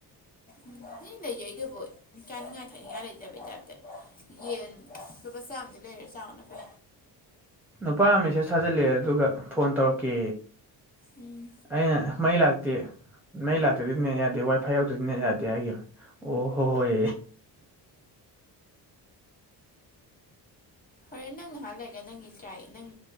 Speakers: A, on the left; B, in the centre.
A: ꯎꯝ ꯃꯤ ꯂꯩꯖꯩ ꯑꯗꯨꯕꯨꯣꯏ ꯆꯥꯅꯤꯡꯉꯥꯏ ꯊꯛꯅꯤꯡꯉꯥꯏ ꯂꯩꯇꯕ ꯇꯗ ꯌꯦꯟ ꯂꯁ ꯍꯥꯏ ꯂꯩ ꯍꯦꯁ ꯑꯅ ꯐ
B: ꯅꯨꯄꯥ ꯃꯦꯁꯦꯖ ꯊꯥꯖꯤꯜꯂꯑꯦ ꯑꯗꯨꯒ ꯐꯣꯟ ꯇꯧꯔꯛꯀꯦ
A: ꯎꯝ
B: ꯑꯩꯅ ꯃꯩ ꯂꯥꯛꯇ ꯅꯩ ꯂꯥꯛꯇꯗꯤ ꯅꯦꯠ ꯌꯥꯗꯦ ꯋꯥꯏ ꯐꯥꯏ ꯌꯥꯎꯗꯗꯤ ꯅꯠ ꯌꯥꯗꯦ ꯍꯥꯏꯈꯤꯕ ꯑꯣ ꯍꯣꯏ ꯍꯣꯏ
A: ꯍꯣꯔꯦꯟ ꯅꯪ ꯅꯍꯥꯟ ꯂꯩꯔꯒ ꯅꯪꯒꯤ ꯇ꯭ꯔꯥꯏ ꯅꯪ